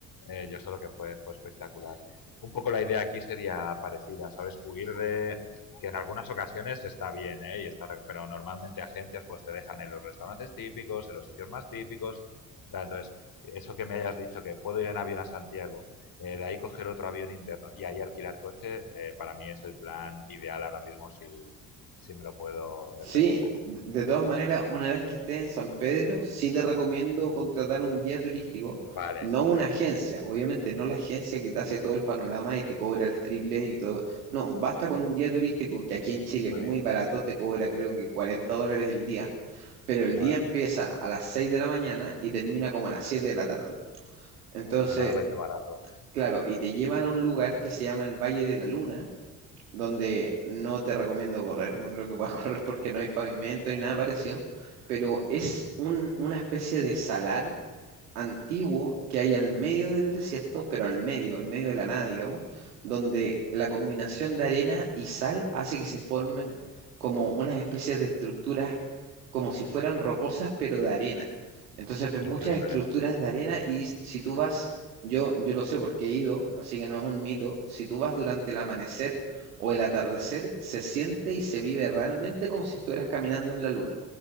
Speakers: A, on the left (about 50°); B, on the right (about 80°).
A: Eh, yo solo que fue, fue espectacular un poco la idea aquí sería parecida, ¿sabes? Huir de, que en algunas ocasiones está bien, ¿eh? Y está, pero normalmente agencias pues te dejan en los restaurantes típicos, en los sitios más típicos. Entonces, eso que me hayas dicho, que puedo ir en avión a Santiago, eh, de ahí coger otro avión interno y ahí alquilar coche, eh, para mí es el plan ideal ahora mismo si, si me lo puedo
B: Sí,
A: eh, permitir.
B: de de todas maneras, una vez que estés en San Pedro, sí te recomiendo contratar un guía turístico,
A: Vale,
B: no
A: perfecto,
B: una agencia, obviamente no la agencia que te hace todo el panorama y te cobra el triple y todo. No, basta con un guía turístico que aquí en Chile es
A: muy
B: muy
A: bien,
B: barato, te cobra creo que 40 dólares el día, pero el
A: madre
B: día empieza
A: mía,
B: a las 6 de la mañana y termina como a las 7 de la tarde. Entonces,
A: extremadamente barato,
B: claro, y te llevan a un lugar que se llama el Valle de la Luna donde no te recomiendo correr, no creo que puedas <laughs> correr porque no hay pavimento ni nada parecido, pero es un- una especie de salar antiguo que hay al medio del desierto, pero al medio, al medio de la nada, digamos, donde la combinación de arena y sal hace que se formen como unas especies de estructuras, como si fueran rocosas, pero de arena. Entonces ves muchas
A: increíble,
B: estructuras de arena y si tú vas, yo, yo lo sé porque he ido, así que no es un mito, si tú vas durante el amanecer o el atardecer, se siente y se vive realmente como si estuvieras caminando en la luna.